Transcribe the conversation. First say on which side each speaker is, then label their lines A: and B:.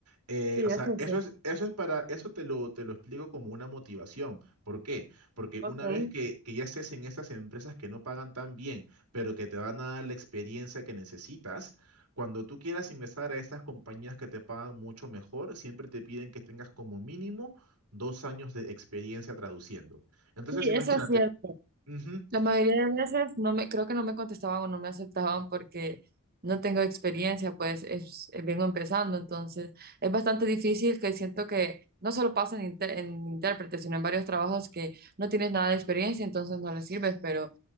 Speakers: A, on the right; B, on the right.
A: Eh,
B: Sí,
A: o sea,
B: eso
A: eso
B: sí.
A: es, eso es para, eso te lo, te lo explico como una motivación. ¿Por qué? Porque
B: Ok.
A: una vez que, que ya estés en esas empresas que no pagan tan bien, pero que te van a dar la experiencia que necesitas, cuando tú quieras ingresar a estas compañías que te pagan mucho mejor, siempre te piden que tengas como mínimo dos años de experiencia traduciendo. Entonces,
B: Sí,
A: imagínate,
B: eso es cierto.
A: ujú,
B: La mayoría de veces no me, creo que no me contestaban o no me aceptaban porque no tengo experiencia, pues es, eh, vengo empezando, entonces es bastante difícil que siento que no solo pasa en, inter- en intérprete, sino en varios trabajos que no tienes nada de experiencia, entonces no les sirves, pero